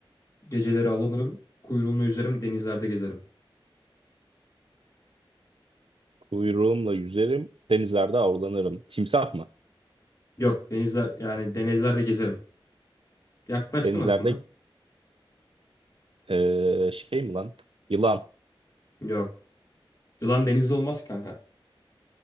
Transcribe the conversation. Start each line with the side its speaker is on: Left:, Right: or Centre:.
Left: Geceleri avlanırım, kuyruğumla yüzerim, denizlerde gezerim.
Right: uyruğumla yüzerim, denizlerde avlanırım. Timsah mı?
Left: Yok, denizler yani denizlerde gezerim. Yaklaştın
Right: Denizlerde
Left: aslında.
Right: eee, şey mi lan? Yılan.
Left: Yok. Yılan denizde olmaz ki kanka.